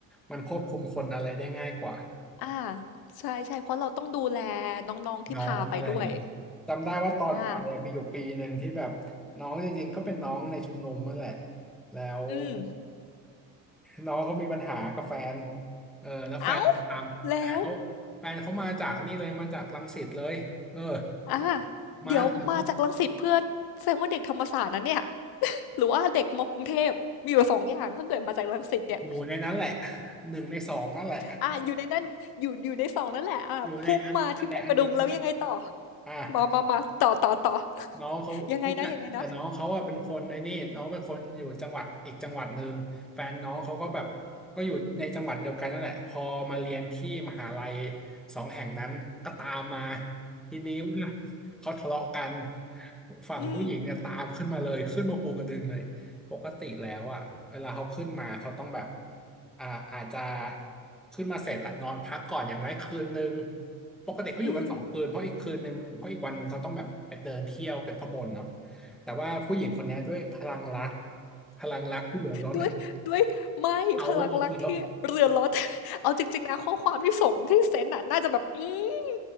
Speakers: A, in the centre; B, on the left (about 60°).
A: มันควบคุมคนอะไรได้ง่ายกว่า
B: อาใช่ๆเพราะเราต้องดูแลน้องๆที่พาไปด้วย
A: น้องอะไรอย่างนี้จำได้ว่าตอนไปอะมีอยู่ปีหนึ่งที่แบบน้องจริงๆก็เป็นน้องในชุมนุมนั่นแหละ
B: อา
A: แล้ว
B: อืม
A: น้องเขามีปัญหากับแฟนเออแล้วแฟนเขาตามแฟนเขาแฟนเขามาจากนี่เลยมาจากรังสิตเลยเออ
B: อ้าวแล้วอา
A: มาถึง
B: เดี๋ยวมาจากรังสิตเพื่อแสดงว่าเด็กธรรมศาสตร์นะเนี่ย หรือว่าเด็กมกรุงเทพมีอยู่สองอย่างถ้าเกิดมาจากรังสิตเนี่ย
A: อยู่ในนั้นแหละ <laughs> หนึ่งในสองนั่นแหละ
B: อ่ะอยู่ในนั้นอยู่อยู่ในสองนั่นแหละอ่ะพุ่งมาที่ภูกระดึงแล้วยังไงต่อ
A: อยู่ในอันอันใดอันหนึ่งนั่นแหละอ่ะ
B: มามามาต่อต่อต่อ
A: น้องเขาแต่แต่น้องเขาอะเป็นคนในนี่น้องเป็นคนอยู่จังหวัดอีกจังหวัดหนึ่ง
B: ยังไงนะยังไงนะ
A: แฟนน้องเขาก็แบบก็อยู่ในจังหวัดเดียวกันนั่นแหละพอมาเรียนที่มหาลัยสองแห่งนั้นก็ตามมาทีนี้ว่าเขาทะเลาะกันฝั่งผู้หญิงเนี่ยตามขึ้นมาเลยขึ้นมาภูกระดึงเลย
B: อืม
A: ปกติแล้วอ่ะเวลาเขาขึ้นมาเขาต้องแบบอ่าอาจจะขึ้นมาเสร็จอะนอนพักก่อนอย่างน้อยคืนนึงปกติเขาอยู่กันสองคืนเพราะอีกคืนนึงเพราะอีกวันนึงเขาต้องแบบไปเดินเที่ยวกันข้างบนเนาะ
B: อืม
A: แต่ว่าผู้หญิงคนเนี้ยด้วยพลังรักพลังรักที่เหลือล้น
B: ด้วยด้วยไม่พลังรักที่เรือนรถ
A: power of love
B: <laughs> เอาจริงๆนะข้อความที่ส่งที่เซนน่ะน่าจะแบบอืม